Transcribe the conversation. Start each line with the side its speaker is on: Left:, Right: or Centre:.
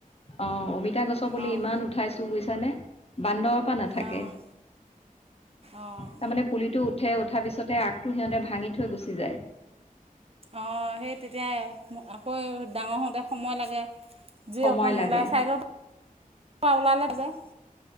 Left: অহ অমিতা গছ উঠক বুলি
Right: অঁ
Left: ইমান উঠাইছো বুইছানে মানে? বান্দৰৰ পৰা নাথাকে,
Right: অঁ অঁ
Left: তাৰমানমানে পুলিটো উঠে উঠাৰ পিছতে আগটো সিহঁতে ভাঙি থৈ গুচি যায়
Right: অহ সেই তেতিয়া আকৌ ডাঙৰ হওঁতে সময় লাগে যি
Left: সময়
Right: অকণ
Left: লাগে
Right: ওলাই চাইডৰ পৰা ওলালে যে